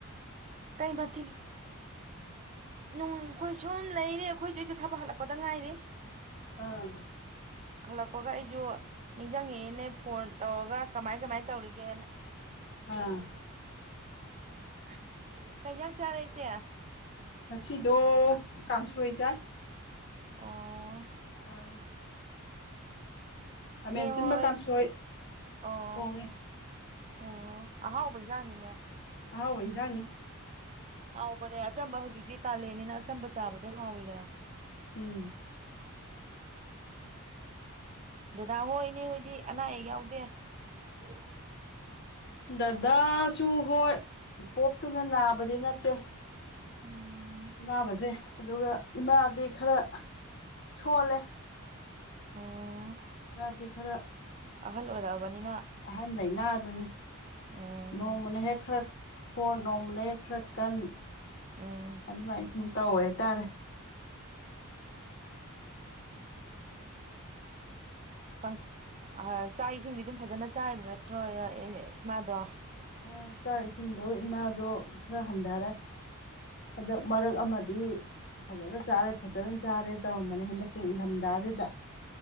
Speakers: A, on the right; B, on the left.
A: ꯀꯩ ꯃꯊꯤ ꯅꯨꯡ ꯈꯣꯏ ꯁꯨꯝ ꯂꯩꯔꯤ ꯑꯩꯈꯣꯏꯁꯨ ꯑꯩꯁꯨ ꯊꯥꯕꯛ ꯍꯜꯂꯛꯄꯗ ꯉꯥꯏꯔꯤ
B: ꯑꯥ
A: ꯍꯜꯂꯛꯄꯒ ꯑꯩꯁꯨ ꯅꯤꯡꯁꯤꯡꯉꯤꯏꯅꯦ ꯐꯣꯟ ꯇꯧꯔꯒ ꯀꯃꯥꯏ ꯀꯃꯥꯏꯅ ꯇꯧꯔꯤꯒꯦꯅ
B: ꯑꯥ
A: <unintelligible> ꯀꯩꯩ ꯖꯥꯡ ꯆꯥꯔꯦ ꯏꯆꯦ
B: ꯉꯁꯤꯗꯣ ꯀꯥꯡꯁꯣꯏ ꯆꯥꯏ
A: ꯑꯣ
B: ꯑꯥ ꯈꯥꯃꯦꯟ
A: ꯅꯦ
B: ꯁꯤꯟꯕ
A: ꯍꯣꯏ
B: ꯀꯥꯡꯁꯣꯏ
A: ꯑꯣ
B: ꯊꯣꯡꯉꯦ
A: ꯑꯣ ꯑꯍꯥꯎꯕ ꯏꯖꯥꯡꯅꯤꯅꯦ
B: ꯑꯍꯥꯎꯕ ꯏꯟꯖꯥꯡꯅꯤ
A: ꯍꯥꯎꯕꯅꯦ ꯑꯆꯝꯕ ꯍꯧꯖꯤꯛꯇꯤ ꯀꯥꯜꯂꯦꯟꯅꯤꯅ ꯑꯆꯝꯕ ꯆꯥꯕꯗꯣ ꯍꯥꯎꯋꯤꯗꯅ
B: ꯎꯝ
A: ꯗꯗꯥ ꯍꯣꯏ ꯏꯅꯦ ꯍꯣꯏꯗꯤ ꯑꯅꯥ ꯑꯌꯦꯛ ꯌꯥꯎꯗꯦ <inaudible>
B: ꯗꯗꯥꯁꯨ ꯍꯣꯏ ꯄꯣꯞ ꯇꯨꯅ ꯅꯥꯕꯗꯤ ꯅꯠꯇꯦ
A: ꯎꯝ
B: ꯑꯅꯥꯕꯁꯦ ꯑꯗꯨꯒ ꯏꯃꯥꯗꯤ ꯈꯔ ꯁꯣꯜꯂꯦ
A: ꯑꯣ
B: ꯏꯃꯥꯗꯤ ꯈꯔ
A: ꯑꯍꯜ ꯑꯣꯏꯔꯛꯑꯕꯅꯤꯅ
B: ꯑꯍꯟ ꯂꯩꯅꯥ ꯑꯗꯨꯅꯤ
A: ꯎꯝ
B: ꯅꯣꯡꯃꯅ ꯍꯦꯛ ꯈꯔ ꯁꯣꯟ ꯅꯣꯡꯃꯅꯦ ꯈꯔ ꯀꯟ
A: ꯎꯝ
B: ꯑꯗꯨꯃꯥꯏꯅ ꯁꯨꯝ ꯇꯧꯋꯦ ꯍꯥꯏꯇꯥꯔꯦ
A: ꯀꯪ ꯑ ꯆꯥꯛ ꯏꯁꯤꯡꯗꯤ ꯑꯗꯨꯝ ꯐꯖꯅ ꯆꯥꯔꯤꯕ ꯅꯠꯇ꯭ꯔꯣ ꯏꯃꯥꯗꯣ
B: ꯑꯥ ꯆꯥꯛ ꯏꯁꯤꯡꯗꯣ ꯏꯃꯥꯗꯣ ꯈꯔ ꯍꯟꯗꯔꯦ ꯍꯟꯗꯛ ꯃꯔꯛ ꯑꯃꯗꯤ ꯐꯖꯅ ꯆꯥꯔꯦ ꯐꯖꯅ ꯆꯥꯔꯦ ꯇꯧꯔꯝꯕꯅꯦ ꯍꯟꯗꯛꯀꯤ ꯏꯡꯗꯝꯗꯥꯖꯤꯗ